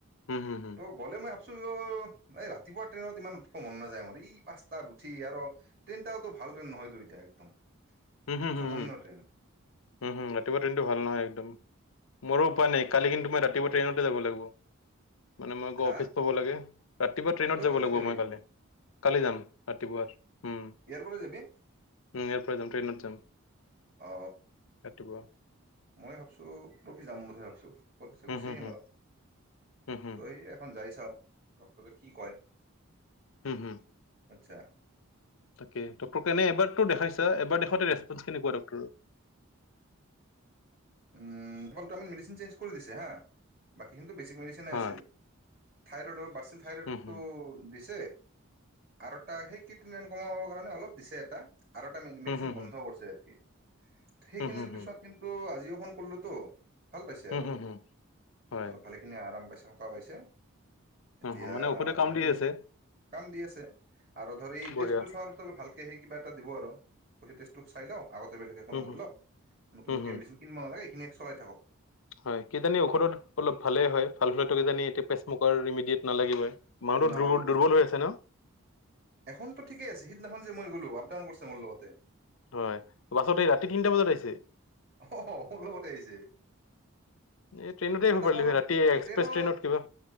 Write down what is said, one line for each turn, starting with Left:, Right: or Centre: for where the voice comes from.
Left: হুম, হুম, হুম,
Right: ত' গ'লে মই আপোনাক অ' এই ৰাতিপুৱাৰ ট্ৰেইনত ইমান উঠিব মন নাযায় মোৰ! এই পাঁচটাত উঠি আৰু ট্ৰেইনটাও ভাল ট্ৰেইন নহয়তো এতিয়া একদম!
Left: উম-হুম-হুম-হুম-হুম-হুম
Right: জঘন্য ট্ৰেইন
Left: ৰাতিপুৱা দিনতো ভাল নহয় একদম। মোৰো উপায় নাই, কালি কিন্তু মই ৰাতিপুৱা ট্ৰেইনতে যাব লাগিব! মানে মই গৈ
Right: হা
Left: অফিচ পাব লাগে। ৰাতিপুৱা ট্ৰেইনত
Right: তই
Left: যাব
Right: কোনদিন
Left: লাগিব
Right: যাবি
Left: মই কালি, কালি যাম ৰাতিপুৱাৰ। উম,
Right: ইয়াৰ পৰা যাবি
Left: ইয়াৰ পৰা যাম। যাম
Right: অ,
Left: ৰাতিপুৱা।
Right: মই ভাবছো, পৰহি যাম বোধহয় ভাবছো। পৰসি
Left: হুম,
Right: গুচি
Left: হুম,
Right: আহিম
Left: হুম,
Right: আৰু!
Left: হুম, হুম,
Right: তই এখন যাই চাও ডক্টৰে কি কয়?
Left: হুম-হুম।
Right: আচ্ছা।
Left: তাকে, ডক্টৰক এবাৰটো দেখাইছা এবাৰ দেখুওৱাতে ৰেচপঞ্চ কেনেকোৱা ডক্টৰৰ?
Right: উম তোমাক দুটামান মেডিচিন চেঞ্জ কৰি দিছে হা! বাকীখিনি বেছিক মেডিচিনে
Left: হা,
Right: আছিল। থাইৰইডৰ বাছ থাইৰইডটো
Left: হুম, হুম,
Right: দিছে আৰু এটা সেই কেটিনাইন কমাবৰ কাৰণে অলপ দিছে এটা। আৰু এটা মেডিচিন
Left: হুম, হুম,
Right: বন্ধ
Left: হুম,
Right: কৰিছে আৰফিএ। সেইখিনিৰ
Left: হুম, হুম,
Right: পিছত
Left: হুম,
Right: কিন্তু আজিও ফোন কৰলোতো। ভাল পাইছে
Left: হুম,
Right: আৰু,
Left: হুম, হুম, হয়।
Right: অলপ ভালেখিনি আৰাম পাইছে। থকা পাইছে। এতিয়া
Left: অ', অ, ঔষধে কাম
Right: মানে
Left: দি
Right: কৈছে,
Left: আছে,
Right: কাম দি আছে আৰু ধৰ এই
Left: বঢ়িয়া।
Right: টেষ্টটো চোৱাৰ পিছত অলপ ভাল তে সেই কিবা এটা দিব আৰু! কৈছে টেষ্টটো চাই লওঁ! আগতে বেলেগে একো
Left: হুম,
Right: নবদলাও।
Left: হুম,
Right: নতুনকে
Left: হুম,
Right: দিয়া
Left: হুম।
Right: মেডিচিন নালাগে, এইখিনি চলাই থাকক।
Left: হয়। কিজানি ঔষধত অলপ ভালে হয়! ভাল হ'লেতো কিজানি এইটো প্ৰেচমুকাৰ ইমিডিয়েট নালাগিবই।
Right: উম
Left: মানুহটো
Right: নালাগিবই
Left: দুৰ্বল দুৰ্বল
Right: চাগে।
Left: হৈ আছে ন
Right: এখনটো ঠিকেই আছে সিদিনাখন মই গ'লো আপ-ডাউন কৰিছে মোৰ লগতে।
Left: হয় বাছত এই ৰাতি তিনিটা বজাত আহিছে
Right: অহ-অ'হ মোৰ লগতে আহিছে!
Left: এই ট্ৰেইনতে
Right: মই
Left: আহিব
Right: তাক
Left: পাৰিলি
Right: অলপ,
Left: হয় ৰাতি এক্সপ্ৰেছ
Right: ট্ৰেইনত
Left: কিবা